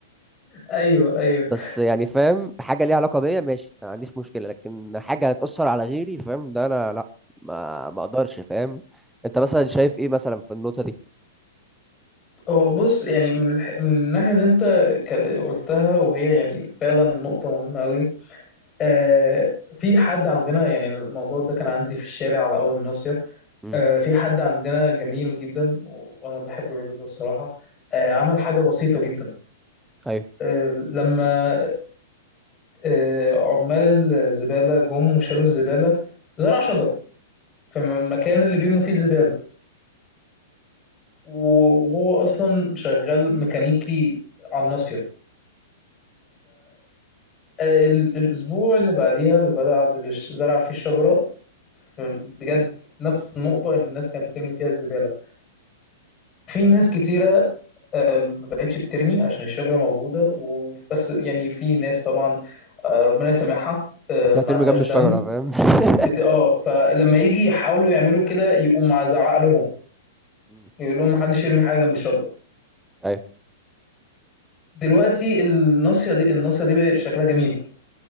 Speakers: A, on the left; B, in the centre.
A: ايوه ايوه
B: بس يعني فاهم حاجه ليها علاقه بيا ماشي ما عنديش مشكله لكن حاجه هتاثر على غيري فاهم ده انا لا ما ما اقدرش فاهم انت مثلا شايف ايه مثلا في النقطه دي
A: هو بص يعني من, الح... من الناحية اللي انت ك- قلتها وهي يعني فعلا نقطة مهمة قوي آه في حد عندنا يعني الموضوع ده كان عندي في الشارع على أول الناصية
B: امم
A: آه في حد عندنا جميل جدا و- وأنا بحب الراجل ده الصراحة آه عمل حاجة بسيطة جدا
B: ايوه
A: آه لما آه عمال الزبالة جم وشالوا الزبالة زرع شجرة في م- المكان اللي بيرموا فيه الزبالة و- وهو أصلا شغال ميكانيكي على الناصية ال- الأسبوع اللي بعديها اللي بدأ عاد اللي ش- زرع فيه الشجرة في- بجد في نفس النقطة اللي الناس كانت بترمي فيها الزبالة في ناس كتيرة آه، ما بقتش بترمي عشان الشجرة موجودة وبس يعني في ناس طبعا آه، ربنا يسامحها آه،
B: انت
A: ما
B: هترمي
A: عندهاش
B: جنب
A: دم
B: الشجره فاهم <laughs>
A: بت... اه فلما يجي يحاولوا يعملوا كده يقوم مزعق لهم
B: مم.
A: يقول لهم محدش يرمي حاجة جنب الشجرة
B: ايوه
A: دلوقتي الناصية دي الناصية دي بقى شكلها جميل